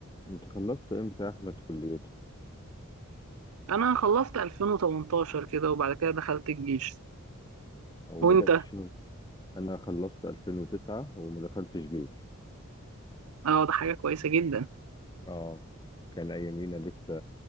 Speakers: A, on the left; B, on the right.
A: انت خلصت امتى يا احمد كليتك
B: انا خلصت 2018 كده وبعد كده دخلت الجيش
A: او بدأت
B: وانت
A: الشغل انا خلصت 2009 وما دخلتش جيش
B: اه ده حاجه كويسه جدا
A: اه كان ايامينا لسه